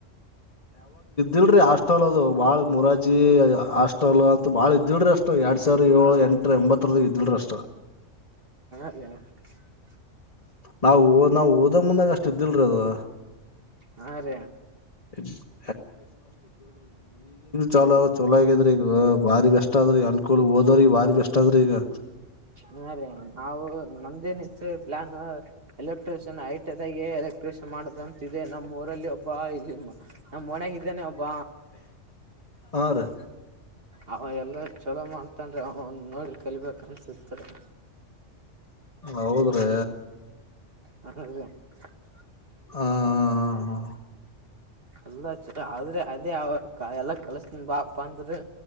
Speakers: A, on the left; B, on the right.
A: ಇಲ್ರಿ ಅಷ್ಟ ಅಲ್ ಅದು ಬಾಳ ಮುರಾಜ್ ಜಿ ಹಾಸ್ಟೆಲ್ ಅಂತ ಬಾಳ ಇದ್ದಿಲ್ರಿ ಅಷ್ಟ್ ಎರಡ್ ಸಾವಿರ ಏಳು
B: ಹಾ ರೀ
A: ಎಂಟರ ಒಂಬತಾರಾಗ ಇದ್ದಿಲ್ರಿ ಅಷ್ಟ
B: ಹ
A: ನಾವು ನಾವು ಓದ ಮುಂದಾ ಅಷ್ಟ ಇದ್ದಿಲ್ರಿ ಅದು
B: ಹಾ ರೀ
A: ಹ್ಮ ಚಲೋ ಚಲೋ ಆಗಿದ್ರಿ ಈಗ ಬಾರಿ ಬೆಸ್ಟ್ ಆದ್ರಿ ಅನ್ಕೂಲ್ ಓದೋ್ರಿಗೆ ಬಾರಿ ಬೆಸ್ಟ್ ಆದ್ರಿ ಈಗ
B: ಹಾ ರೀ ನಾವು ನಂದೇನ ಸೇಬ್ಲಾನ <unintelligible> electrician I T I press ಮಾಡಿದಂತಿದೇ ನಮ್ಮ ಊರಲ್ಲಿ ಬಾ ಇಲ್ಲಿಮ್ಮ ನಮ್ಮ ಓಣ್ಯಗ ಇದ್ದಾನ ಒಬ್ಬ.
A: ಹಾ ರೀ
B: ಅವ ಎಲ್ಲಾ ಚಲೋ ಮಾಡ್ತಾ ಇತ್ತಂದ್ರೆ ಅವ ನೋಡಿ ಕಲಿಬೇಕು ಅನ್ಸತ ರೀ
A: ಹೌದ್ರೀ
B: ಹ <inaudible>
A: ಹ್ ಹಾ ಹಾ ಹಾ
B: ಅಲ್ಲ ಆದ್ರೆ ಅದೇ ಅವರ್ ಎಲ್ಲಾ ಕಲ್ಸನ್ ಬಾಪ ಅಂದ್ರ